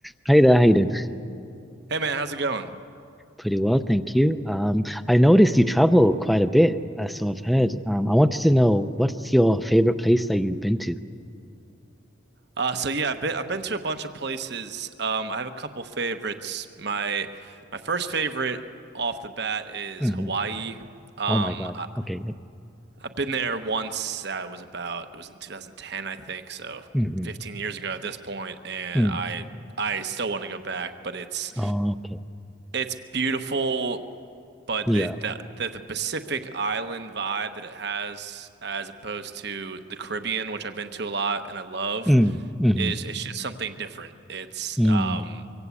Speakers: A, in the centre; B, on the right (about 55°).
A: Hey there, Hayden.
B: Hey man, how's it going?
A: Pretty well, thank you. Um, I noticed you travel quite a bit, uh, so I've heard. Um, I wanted to know what's your favorite place that you've been to?
B: Uh, so yeah, I've been I've been to a bunch of places. Um, I have a couple favorites. My my first favorite off the bat is
A: hmm
B: Hawaii. Um,
A: Oh my God.
B: I,
A: Okay. yep.
B: I've been there once. I was about it was in 2010, I think, so
A: Mm-hmm.
B: 15 years ago at this point, and
A: Mm.
B: I I still want to go back, but it's
A: Oh, okay.
B: it's beautiful. but
A: Yeah.
B: the, the the the Pacific Island vibe that it has, as opposed to the Caribbean, which I've been to a lot and I love,
A: Mm. hmm
B: is it's just something different. It's
A: Mm.
B: um